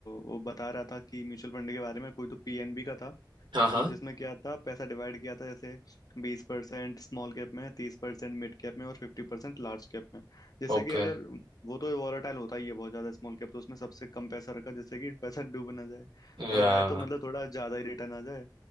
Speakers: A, on the left; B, on the right.
A: वो बता रहा था कि म्यूचुअल फंड के बारे में कोई तो पीएनबी का था
B: हाँ हाँ
A: तो जिसमें क्या था पैसा डिवाइड किया था जैसे बीस परसेंट स्मॉल कैप में तीस परसेंट मिड कैप में और फिफ्टी परसेंट लार्ज कैप में जैसे
B: ओके
A: कि अगर वो तो वॉलेटाइल होता ही है बहुत ज्यादा स्मॉल कैप तो उसमें सबसे कम पैसा रखा जैसे कि पैसा डूब ना जाए
B: या
A: और आए तो मतलब थोड़ा ज्यादा ही रिटर्न आ जाए